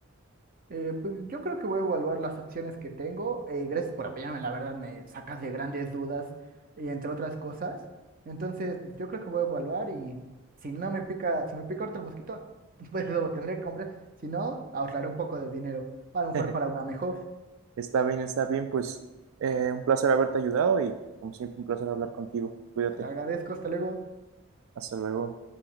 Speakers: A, on the right; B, on the right.
A: Eh, pues yo creo que voy a evaluar las opciones que tengo. Eh, gracias por apoyarme, la verdad me sacas de grandes dudas y entre otras cosas. Entonces, pues, yo creo que voy a evaluar y si no me pica, si me pica otro mosquito, <laughs> pues lo tendré que comprar. Si no, ahorraré un poco de dinero, a lo mejor
B: <laughs>
A: para una mejor.
B: Está bien, está bien, pues eh, un placer haberte ayudado y como siempre un placer hablar contigo. Cuídate,
A: Te lo agradezco, hasta luego.
B: hasta luego.